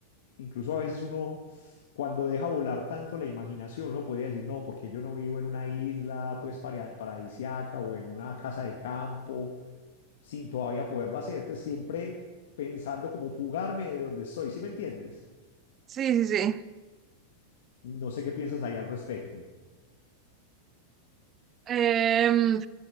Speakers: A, on the left; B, on the right.
A: incluso a veces uno cuando deja volar tanto la imaginación, uno podría decir, no, porque yo no vivo en una isla, pues para- paradisiaca o en una casa de campo, sin todavía poderlo hacer, pues siempre pensando como fugarme de donde estoy, ¿sí me entiendes?
B: Sí, sí, sí.
A: No sé qué piensas ahí al respecto.
B: Em,